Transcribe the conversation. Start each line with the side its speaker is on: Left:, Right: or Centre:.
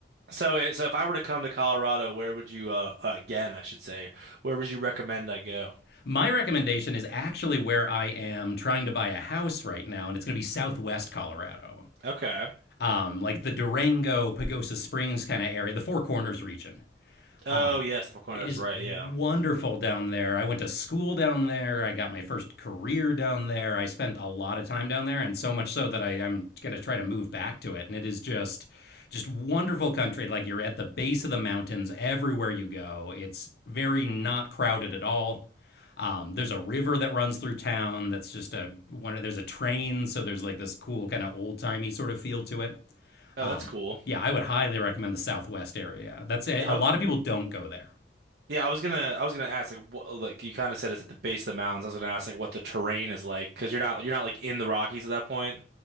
Right: So, it- so if I were to come to Colorado, where would you uh uh, again, I should say, where would you recommend I go?
Left: My recommendation is actually where I am trying to buy a house right now and it's going to be Southwest Colorado.
Right: Okay.
Left: um, like the Durango, Pagosa Springs kind of area, the Four Corners region.
Right: Oh
Left: Um,
Right: yes, the Four Corners.
Left: it
Right: That's
Left: is
Right: right.
Left: wonderful
Right: Yeah.
Left: down there. I went to school down there. I got my first career down there. I spent a lot of time down there, and so much so that I, I'm going to try to move back to it. And it is just, just wonderful country. Like you're at the base of the mountains everywhere you go. It's very not crowded at all. Um, there's a river that runs through town. That's just a one. There's a train, so there's like this cool kind of old timey sort of feel to it.
Right: Oh,
Left: Um,
Right: that's cool.
Left: yeah, I would highly recommend the Southwest area. That's a,
Right: Yeah,
Left: a lot of people don't go there.
Right: Yeah, I was gonna I was gonna ask like what like you kind of said it's at the base of the mountains. I was gonna ask like what the terrain is like because you're not you're not like in the Rockies at that point.